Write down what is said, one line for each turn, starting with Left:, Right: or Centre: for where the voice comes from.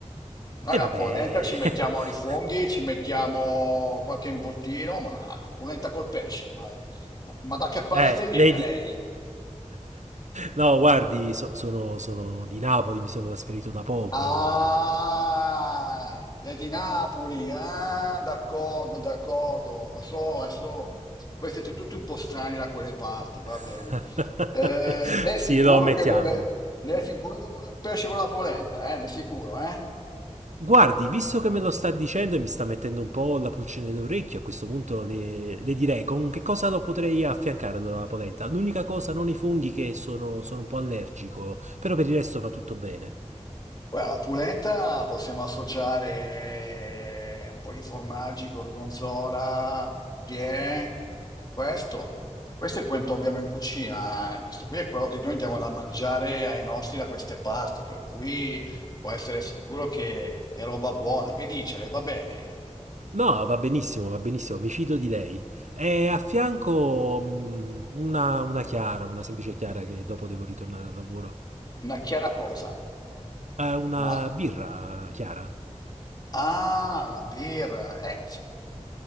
Left: Noi
Right: e
Left: la
Right: vabbè.
Left: polenta ci mettiamo
Right: <laughs>
Left: i funghi, ci mettiamo qualche involtino, ma polenta col pesce, ma, ma- ma da che paese
Right: Eh,
Left: viene
Right: lei di...
Left: lei?
Right: No, guardi, so- sono, sono di Napoli, mi sono trasferito da poco.
Left: Ah, le di Napoli, ah, d'accordo, d'accordo, so, so. Voi siete tutti un po' strani da quelle parti, va
Right: <laughs>
Left: bene. Eh, lei è
Right: Sì,
Left: sicuro
Right: lo ammettiamolo.
Left: che vuole, lei è sicuro che vuole il pesce con la polenta, eh? Le è sicuro, eh?
Right: Guardi, visto che me lo sta dicendo e mi sta mettendo un po' la pulcine d'orecchio, a questo punto le, le direi con che cosa lo potrei affiancare allora la polenta. L'unica cosa, non i funghi che sono, sono un po' allergico, però per il resto va tutto bene.
Left: Guarda, la polenta possiamo associare un po' di formaggi, gorgonzola, brie, questo. Questo è quanto abbiamo in cucina, eh. Questo qui è quello che noi andiamo da mangiare ai nostri da queste parti, per cui può essere sicuro che è roba buona. Che dice? Le va bene?
Right: No, va benissimo, va benissimo, mi fido di lei. E a fianco mm, una, una chiara, una semplice chiara che dopo devo ritornare al lavoro.
Left: Una chiara cosa.
Right: Eh, una
Left: Un'acqua.
Right: birra chiara.
Left: Ah, una birra. Eh, sì.